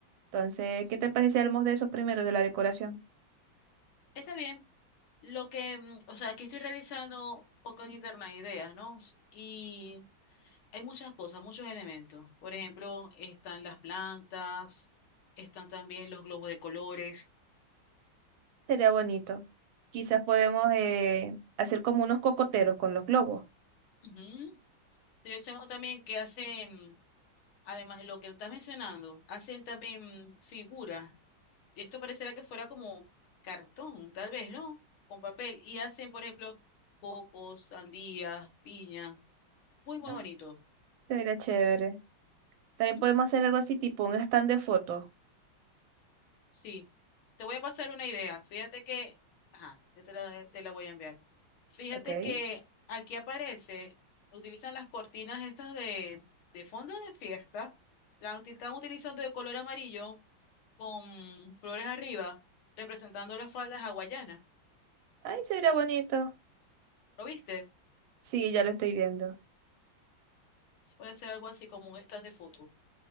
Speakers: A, on the right; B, on the left.
A: Entonces,
B: Sí.
A: ¿qué te parece si hablamos de eso primero, de la decoración?
B: Está bien. Lo que, mm, o sea, aquí estoy revisando un poco en internet ideas, ¿no? Y hay muchas cosas, muchos elementos. Por ejemplo, están las plantas, están también los globos de colores.
A: Sería bonito. Quizás podemos eh, hacer como unos cocoteros con los globos.
B: Ujú. Estoy observando también que hacen, mm, además de lo que estás mencionando, hacen también mm, figuras esto parecerá que fuera como cartón, tal vez, ¿no? Con papel. Y hacen, por ejemplo, cocos, sandías, piña. Muy, muy
A: Ah.
B: bonito.
A: Sería chévere. También
B: Mm,
A: podemos hacer algo así, tipo un stand de fotos.
B: Sí. Te voy a pasar una idea. Fíjate que, ajá, ya te la, te la voy a enviar. Fíjate
A: ¿Ok? Ay,
B: que aquí aparece, utilizan las cortinas estas de, de fondo de fiesta. Las uti- están utilizando de color amarillo con flores arriba, representando las faldas hawaianas.
A: se vería bonito.
B: ¿Lo viste?
A: Sí, ya lo estoy viendo.
B: Puede ser algo así como un stand de foto.